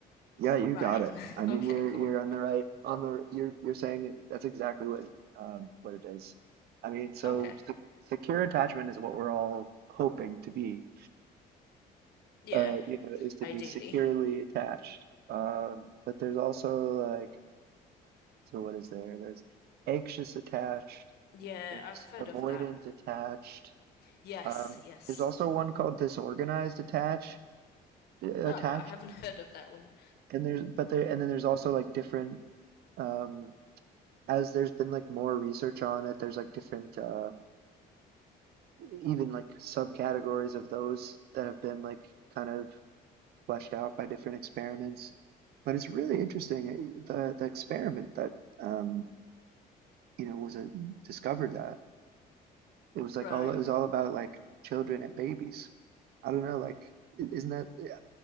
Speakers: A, on the right; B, on the left.
A: Yeah, you
B: Right.
A: got it.
B: <laughs>
A: I mean,
B: Okay,
A: you're
B: cool.
A: you're on the right on the you're you're saying it- that's exactly what um, what it is. I mean, so
B: Okay.
A: se secure attachment is what we're all hoping to be.
B: Yeah,
A: Uh, you know, is to
B: ideally.
A: be securely attached. Um, but there's also like, so what is there? There's anxious attached.
B: Yeah,
A: There's
B: I've heard
A: avoidant
B: of that.
A: attached.
B: Yes,
A: Um,
B: yes.
A: there's also one called disorganized attached attached.
B: Oh, I haven't <laughs> heard of that one.
A: And there's but there and then there's also like different. um as there's been like more research on it, there's like different uh, even like subcategories of those that have been like kind of fleshed out by different experiments. But it's really interesting uh, the the experiment that um, you know was a, discovered that it was like
B: Right.
A: all it was all about like children and babies. I don't know, like isn't that eh,